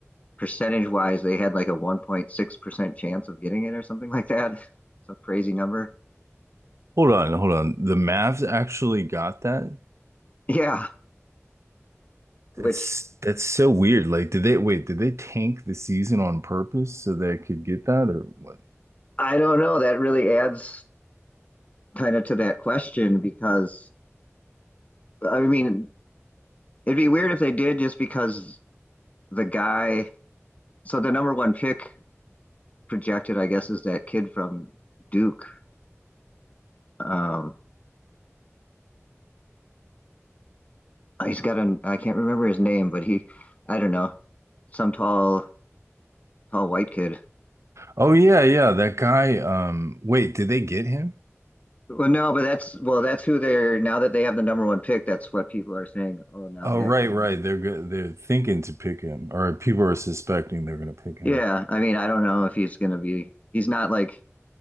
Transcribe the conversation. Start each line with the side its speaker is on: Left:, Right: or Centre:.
Left: percentage wise they had like a 1.6% chance of getting it or something like that. <laughs> Some crazy number.
Right: Hold on, hold on. The Mavs actually got that?
Left: Yeah, which
Right: That's that's so weird. Like, did they wait, did they tank the season on purpose so they could get that or what?
Left: I don't know that really adds kind of to that question because I mean it'd be weird if they did just because the guy so the number one pick projected, I guess, is that kid from Duke. Um, he's got an I can't remember his name, but he I don't know some tall tall white kid.
Right: Oh yeah, yeah, that guy um wait, did they get him?
Left: Well, no, but that's well, that's who they're now that they have the number one pick. That's what people are saying. Oh, now
Right: Oh
Left: they now
Right: right, right.
Left: they can
Right: They're
Left: get. it.
Right: go- they're thinking to pick him or people are suspecting they're going to pick him.
Left: Yeah, I mean, I don't know if he's gonna be. He's not like